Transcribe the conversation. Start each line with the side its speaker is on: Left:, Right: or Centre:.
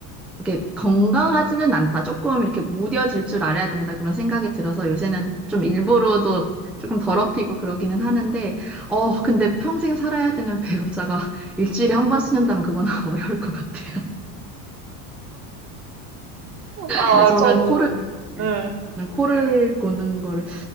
Centre: 이렇게 건강하지는 않다. 조금 이렇게 무뎌질 줄 알아야 된다. 그런 생각이 들어서 요새는 좀 일부러도 조금 더럽히고 그러기는 하는데, 어, 근데 평생 살아야 되는 배우자가 <laughs> 일주일에 한 번씩 는다면 그건 <laughs> 어려울 것 같아요.
Right: 아,
Centre: 근데 저는
Right: 저도,
Centre: 코를 네,
Right: 네.
Centre: 저는 코를 고는 거를